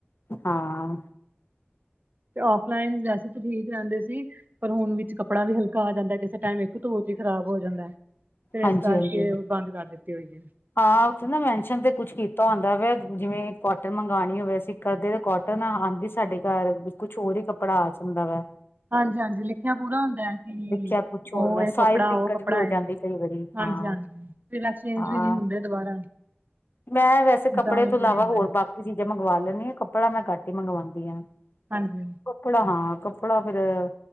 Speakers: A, on the left; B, on the right.
A: ਹਾਂ।
B: ਤੇ ਔਫਲਾਈਨ ਵੈਸੇ ਤੇ ਠੀਕ ਰੈਂਦੇ ਸੀ ਪਰ ਹੁਨ ਵਿੱਚ ਕੱਪੜਾ ਵੀ ਹਲਕਾ ਆ ਜਾਂਦੈ, ਕਿਸੇ ਟਾਈਮ ਇੱਕ ਧੋਅ ਚ ਈ ਖਰਾਬ ਹੋ ਜਾਂਦੈ। ਤੇ
A: ਹਾਂਜੀ
B: ਏਸ ਕਾਰਕੇ
A: ਹਾਂਜੀ
B: ਓ ਬਾੰਦ ਕਾਰ ਦਿੱਤੀ ਹੋਈ ਏ।
A: ਹਾਂ ਉਥੇ ਨਾ ਮੈਨਸ਼ਨ ਤੇ ਕੁੱਛ ਕੀਤਾ ਹੋਂਦੈ, ਜਿਵੇਂ ਕੋਟਨ ਮੰਗਵਾਣੀ ਹੋਵੇ ਅਸੀ ਕਦੇ ਕੋਟਨ ਆਂਦੀ ਸਾਡੇ ਘਾਰ, ਕੁੱਛ ਹੋਰ ਈ ਕੱਪੜਾ ਆ ਜਾਂਦਾ ਵੈ।
B: ਹਾਂਜੀ-ਹਾਂਜੀ ਲਿਖੇਆ ਪੂਰਾ ਹੁੰਦੈ, ਕਿ
A: ਲਿਖਿਆ ਕੁਛ
B: ਓ
A: ਹੋਰ
B: ਏ
A: ਸਾਈਜ਼
B: ਕੱਪੜਾ,
A: ਦਿੱਕਤ
B: ਓ ਕੱਪੜਾ
A: ਵੀ ਹੋ
B: ਏ
A: ਜਾਂਦੀ ਕਈ ਵਾਰੀ
B: ਹਾਂਜੀ-ਹਾਂਜੀ
A: ਹਾਂ
B: ਫੇਰ ਐਕਸਚੇਂਜ
A: ਹਾਂ
B: ਵੀ ਨੀ ਹੁੰਦੇ ਦੁਬਾਰਾ।
A: ਮੈਂ ਵੈਸੇ ਕੱਪੜੇ
B: ਰਿਟਰਨ
A: ਤੋਂ
B: ਵੀ
A: ਇਲਾਵਾ
B: ਨਹੀਂ ਹੁੰਦੇ
A: ਹੋਰ ਬਾਕੀ ਚੀਜ਼ਾਂ ਮੰਗਵਾ ਲੈਂਦੀ ਹਾਂ, ਕੱਪੜਾ ਮੈਂ ਘੱਟ ਹੀ ਮੰਗਵਾਉਂਦੀ ਹਾਂ।
B: ਹਾਂਜੀ।
A: ਕੱਪੜਾ ਹਾਂ ਕੱਪੜਾ ਫੇਰ,